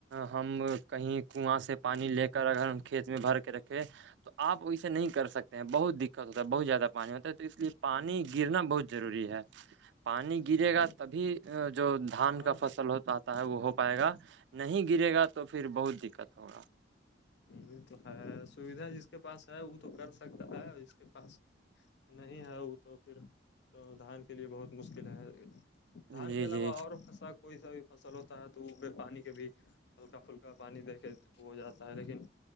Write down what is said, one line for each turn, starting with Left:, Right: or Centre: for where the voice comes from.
Right: ہم کہیں کنواں سے پانی لے کر اگر ہم کھیت میں بھر کے رکھیں تو آپ ویے نہیں کر سکتے ہیں بہت دقت ہوتا ہے بہت زیادہ پانی ہوتا ہے تو اس لیے پانی گرنا بہت ضروری ہے پانی گرے
Left: ہاں
Right: گا تبھی جو دھان
Left: ہاں
Right: کا فصل ہوتا تھا ہے وہ ہو پائے گا نہیں گرے گا تو پھر بہت دقت ہوگا
Left: ہ تو ہے سویدھا جس کے پاس ہے وہ تو کر سکتا ہے ج کے پاس نہیں ہے وہ تو پھر اس کو دھان کے لیے بہت مشکل ہے دھان
Right: جی
Left: کے علاوہ
Right: جی
Left: اورا کوئی سا بھی فصل ہوتا ہے تو وہ پانی کے بھی ہلکا پھلکا پانی دیکھے ہو جاتا ہے لیکن